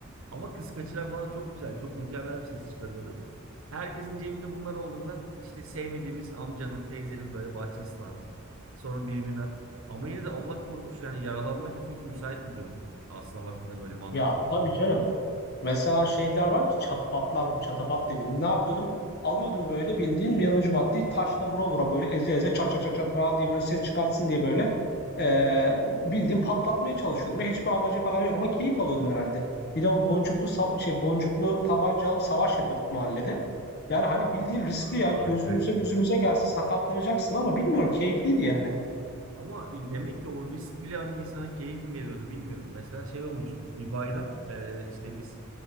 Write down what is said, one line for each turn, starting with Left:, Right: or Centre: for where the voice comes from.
Right: Ama kız kaçıran falan çok güzel. Çok mükemmel bir ses çıkarıyordu. Herkesin cebinde bunlar olduğundan işte sevmediğimiz amcanın, teyzenin böyle bahçesine at. Sonra birbirine at. Ama yine de Allah korumuş. Yani yaralanmaya da çok müsait bir durum. Aslına baktığında böyle mantıklı
Left: Ya
Right: düşünüyorum.
Left: tabii canım. Mesela şeyler var ki çatapatlar bu çatapat dedim Ne yapıyordum? Alıyordum böyle bildiğin yanıcı maddeyi taşla vura vura böyle eze eze çat çat çat çat falan diye böyle ses çıkartsın diye böyle eee bildiğin patlatmaya çalışıyordum. Ya Hiçbir amacı falan yok ama keyif alıyordum herhalde. Bir de o boncuklu sa- şey boncuklu tabanca alıp savaş yapıyorduk mahallede. Yani hani bildiğin riskli
Right: Aa,
Left: ya gözümüze
Right: harikaydı.
Left: gözümüze gelse sakatlanacaksın ama bilmiyorum keyifliydi yani.
Right: Ama demek ki o risk bile hani insana keyif mi veriyordu bilmiyorum. Mesela şey olmuştu. Bir bayram e, işte biz